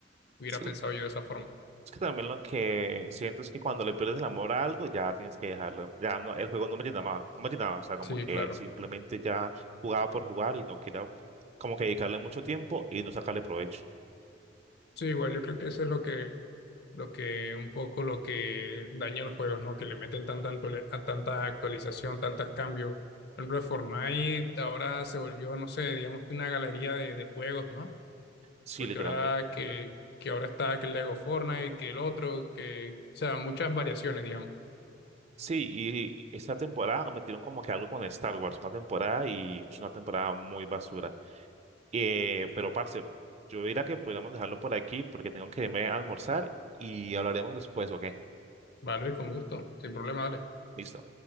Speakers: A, on the left; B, on the right.
A: Hubiera
B: Es que,
A: pensado yo de esa forma.
B: es que también lo que siento es que cuando le pierdes el amor a algo ya tienes que dejarlo. Ya no, el juego no me llenaba, no me llenaba. O sea, como
A: Sí,
B: que
A: claro.
B: simplemente ya jugaba por jugar y no quería como que dedicarle mucho tiempo y no sacarle provecho.
A: Sí, igual yo creo que eso es lo que, lo que, un poco lo que daña los juegos, ¿no? Que le meten tan, tanto, le- a tanta actualización, tantos cambios. Por ejemplo, Fortnite ahora se volvió, no sé, digamos que una galería de de juegos, ¿no?
B: Sí,
A: porque
B: literalmente.
A: ahora que, que ahora está que el Lego Fortnite, que el otro, que, o sea, muchas variaciones, digamos.
B: Sí, y esta temporada metieron como que algo con Star Wars, una temporada y es una temporada muy basura. Eh, pero, parce, yo diría que podríamos dejarlo por aquí porque tengo que irme a almorzar y hablaremos después, ¿ok?
A: Vale, con gusto, sin problema, dale.
B: Listo.